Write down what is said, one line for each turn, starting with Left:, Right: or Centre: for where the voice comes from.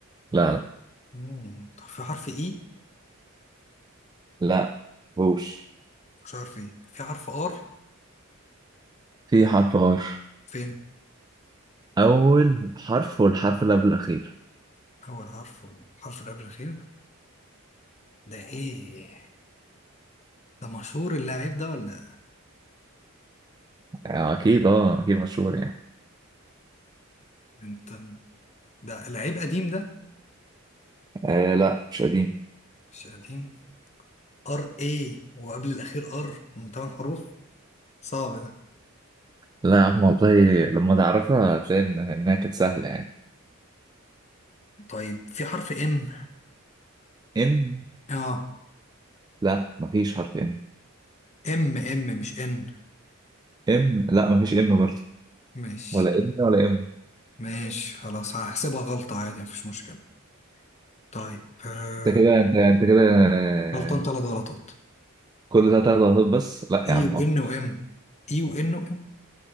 Right: لا لا
Left: مم. طب في حرف اي
Right: لا هوش
Left: مفيش حرف ايه في حرف ار
Right: في حرف ار
Left: فين
Right: اول حرف والحرف اللي قبل الاخير
Left: اول حرف الحرف اللي قبل الاخير ده ايه ده مشهور اللاعب ده ولا
Right: آه اكيد اه اكيد مشهور يعني
Left: انت ده لعيب قديم ده
Right: آه لا مش قديم
Left: مش قديم ار ايه وقبل الاخير ار من تمن حروف صعب ده
Right: لا يا عم والله لما تعرفها هتلاقي إن- انها كانت سهله يعني
Left: طيب في حرف ام
Right: ان
Left: اه
Right: لا مفيش حرف ان
Left: ام ام مش ان
Right: ام لا مفيش ام برضه
Left: ماشي
Right: ولا ان ولا ام
Left: ماشي خلاص هحسبها غلطة عادي مفيش مشكلة طيب آه،
Right: انت كده انت أنت كده آه،
Left: غلطان ثلاث غلطات
Right: كل ده تلات غلطات بس لا
Left: اي
Right: يا عم
Left: وان
Right: اكتر
Left: وام اي وان وام